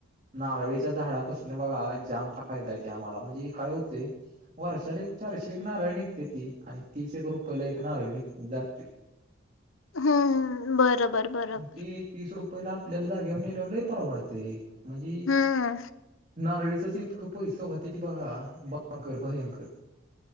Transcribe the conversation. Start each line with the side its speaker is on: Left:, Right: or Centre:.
Right: नारळीच्या झाडापासून बघा जाम फायदा येत आम्हाला म्हणजे काय होते वर्षाला एक चारशे एक नारळ निघते ती आणि तीसशे एक रुपययाला एक नारळ निघ जाते
Left: हम्म बरोबर बरोबर
Right: ती तीस रुपयेला आपल्याला जागेवर ने लवलंही परवडतेय म्हणजे
Left: हम्म
Right: नारळीचं इतका पैस वाते त बघाकर भयाकर